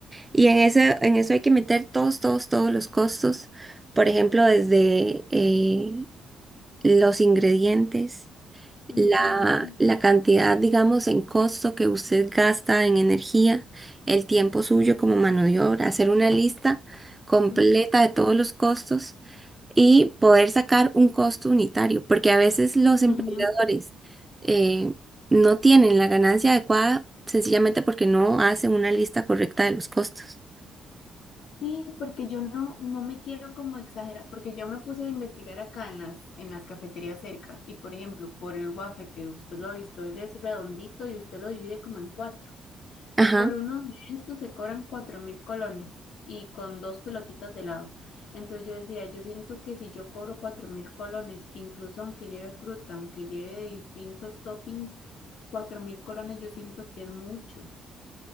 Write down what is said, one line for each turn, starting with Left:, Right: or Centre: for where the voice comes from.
Right: Y en ese, en eso hay que meter todos, todos, todos los costos, por ejemplo, desde eh, los ingredientes
Left: ujú,
Right: la, la cantidad, digamos, en costo que usted gasta en energía, el tiempo suyo como mano de obra, hacer una lista completa
Left: ok.
Right: de todos los costos y poder sacar un costo unitario, porque a veces los emprendedores
Left: Ujú.
Right: eh, no tienen la ganancia adecuada sencillamente porque no hacen una lista correcta de los costos.
Left: Sí, porque yo no, no me quiero como exagerar, porque yo me puse a investigar acá en las, en las cafeterías cerca y por ejemplo, por el waffle que usted lo ha visto, él es redondito y usted lo divide como en cuatro.
Right: Ajá.
Left: Por uno de estos se cobran cuatro mil colones y con dos pelotitas de helado. Entonces yo decía, yo siento que si yo cobro cuatro mil colones, incluso aunque lleve fruta, aunque lleve de distintos toppings, cuatro mil colones yo siento que es mucho.